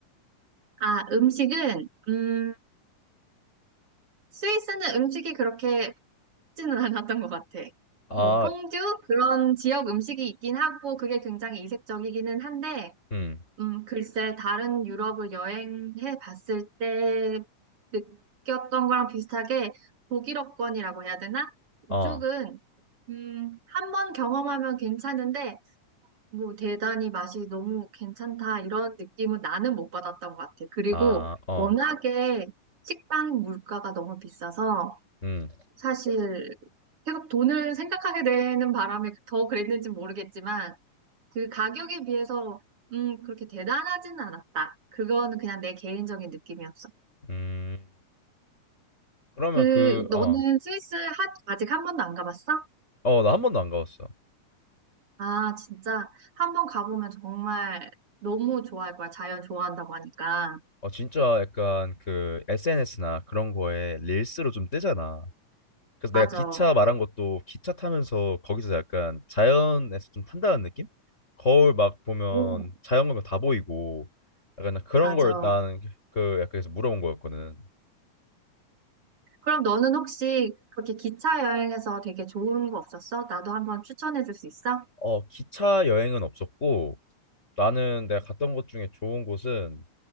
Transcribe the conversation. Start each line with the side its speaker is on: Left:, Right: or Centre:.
Right: 아, 음식은 음, 스위스는 음식이 그렇게 쉽지는 않았던 것 같아.
Left: 아,
Right: 뭐 퐁듀 그런 지역 음식이 있긴 하고 그게 굉장히 이색적이기는 한데
Left: 음,
Right: 음, 글쎄 다른 유럽을 여행해 봤을 때 느꼈던 거랑 비슷하게 독일어권이라고 해야 되나?
Left: 어,
Right: 이쪽은 음, 한 번 경험하면 괜찮은데 뭐 대단히 맛이 너무 괜찮다 이런 느낌은 나는 못 받았던 것 같아. 그리고
Left: 아, 어,
Right: 워낙에 식당 물가가 너무 비싸서
Left: 음,
Right: 사실 계속 돈을 생각하게 되는 바람에 더 그랬는지 모르겠지만 그 가격에 비해서 음 그렇게 대단하진 않았다. 그거는 그냥 내 개인적인 느낌이었어.
Left: 음. 그러면
Right: 그
Left: 그,
Right: 너는
Left: 어,
Right: 스위스 하- 아직 한 번도 안 가봤어?
Left: 어, 나 한 번도 안 가봤어.
Right: 아 진짜 한 번 가보면 정말 너무 좋아할 거야. 자연 좋아한다고 하니까.
Left: 어 진짜 약간 그 SNS나 그런 거에 릴스로 좀 뜨잖아. 그래서 내가
Right: 맞아.
Left: 기차 말한 것도 기차 타면서 거기서 약간 자연에서 좀 탄다는 느낌? 거울 막 보면
Right: 오,
Left: 자연 보면 다 보이고 약간 그런
Right: 맞아.
Left: 걸 나는 그 약간 그래서 물어본 거였거든.
Right: 그럼 너는 혹시 그렇게 기차 여행에서 되게 좋은 거 없었어? 나도 한번 추천해 줄 수 있어?
Left: 어 기차 여행은 없었고 나는 내가 갔던 곳 중에 좋은 곳은